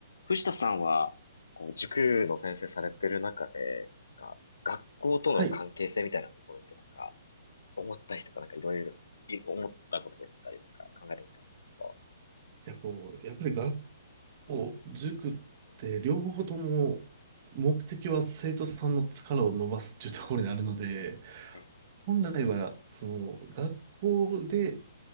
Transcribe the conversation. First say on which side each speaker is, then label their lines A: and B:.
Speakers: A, on the left; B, on the right.
A: 藤田さんは、こう塾の先生されてる中で、なんか学校との関係性みたいなところってなんか、
B: はいい
A: 思ったりとか、なんかいろいろ、い思ったことだったり、なんか考えたことありますか
B: や、こう、やっぱり学校、塾って両方とも目的は生徒さんの力を伸ばすっていうところにあるので、
A: え
B: 本来は、その、学校で